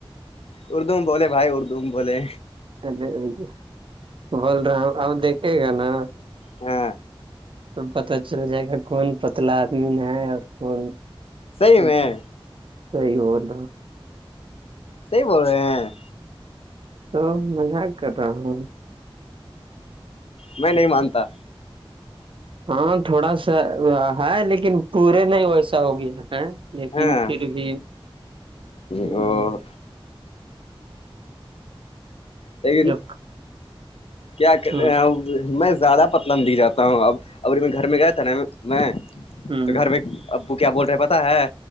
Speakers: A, on the left (about 85°); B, on the right (about 60°).
A: اردو میں بولے بھائی اردو میں بولے
B: اے بول رہا ہوں اب دیکھے گا نا
A: ہاں
B: تو پت چل جائے گا کون پتلا آدمی میں ہے اور کون
A: صحیح
B: مٹ
A: میں
B: ہے سئی ہوول
A: صحی بول رہے ہیں
B: تو مزاق کر رہا ہوں
A: میں نہیں مانتا
B: ہاں تھوڑا سا ہے لیکن پورے نہیں ویسا ہوگیا ا لیکن
A: ہاں
B: پھر بھی ہ <unintelligible>
A: او لیکن
B: جب
A: کیا کر
B: ہوں
A: میں زیادہ پتا م دکھ جاتا ہوں اب ا میں گھر میں گیا تھا نا میں
B: ہوں
A: تو گھر میں ابو کیا بول رہے ہیں پتا ہے